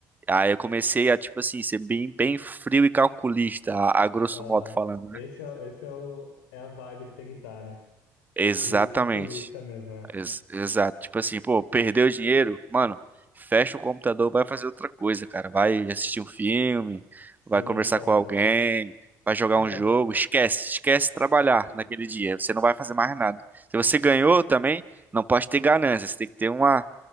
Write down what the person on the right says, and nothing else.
Aí eu comecei a, tipo assim, ser bem, bem frio e calculista, a, a grosso
modo falando, né?
Exatamente.
Ex- exato. Tipo assim, pô, perdeu o dinheiro, mano, fecha o computador, vai fazer outra coisa, cara. Vai assistir um filme,
vai conversar
com alguém,
vai jogar
um
jogo. Esquece, esquece
trabalhar naquele dia. Você não vai fazer mais nada. Se você ganhou também, não pode ter ganância. Você tem que ter uma,